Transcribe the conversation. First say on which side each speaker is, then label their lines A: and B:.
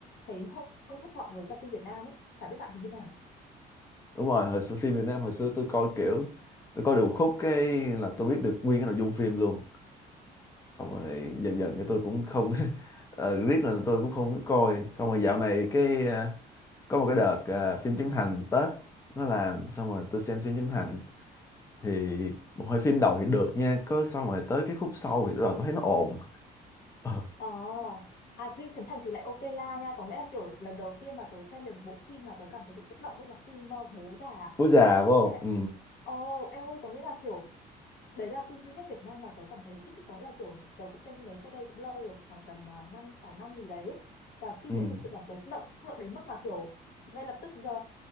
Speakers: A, on the left (about 65°); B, on the left (about 15°).
A: thấy hơi hơi thất vọng với các phim Việt Nam ấy chả biết bạn thì như nào
B: đúng rồi hồi xưa phim Việt Nam hồi xưa tôi coi kiểu tôi coi được một khúc cái là tôi biết được nguyên cái nội dung phim luôn xong rồi dần dần cái tôi cũng không <laughs> ờ, riết là tôi cũng không có coi xong rồi dạo này cái ờ, có một cái đợt ờ, phim Trấn Thành Tết nó làm xong rồi tôi xem phim Trấn Thành thì một hai phim đầu thì được nha có xong rồi tới cái khúc sau thì bắt đầu tôi thấy nó ồn Ờ,
A: Ờ, à, Dinh Chấn Thành thì lại ok la nha, có nghĩa là kiểu lần đầu tiên mà tớ xem được bộ phim mà tớ cảm thấy bị xúc động với là phim ờ, Bố Già.
B: bố già phải không
A: Hay là,
B: ừ
A: ồ, em ơi, có nghĩa là kiểu đấy là phim duy nhất Việt Nam mà tớ cảm thấy thích ý, có nghĩa là kiểu tớ cũng xem phim đấy cách đây cũng lâu rồi khoảng tầm uh, 5 6 năm gì đấy ấy. và phim
B: ừ
A: đấy thật sự làm tớ xúc động xúc động đến mức mà kiểu ngay lập tức ờ,